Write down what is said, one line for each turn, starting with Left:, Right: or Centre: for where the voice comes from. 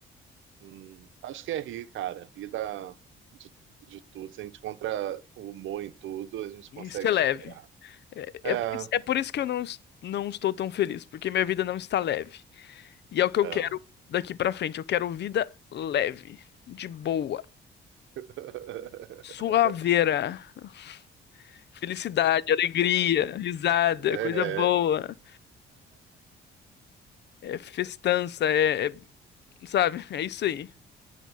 Right: hum, acho que é rir, cara, rir da, de, de tudo. Se a gente encontra o humor em tudo, a gente
Left: Isso
Right: consegue
Left: é leve.
Right: superar.
Left: É,
Right: É,
Left: é, por isso é por isso que eu não, es- não estou tão feliz, porque minha vida não está leve. E é o que eu
Right: é.
Left: quero daqui pra frente. Eu quero vida leve, de boa,
Right: <laughs>
Left: suaveira, <laughs> felicidade, alegria, risada,
Right: É.
Left: coisa boa, é festança, é, é- sabe? É isso aí.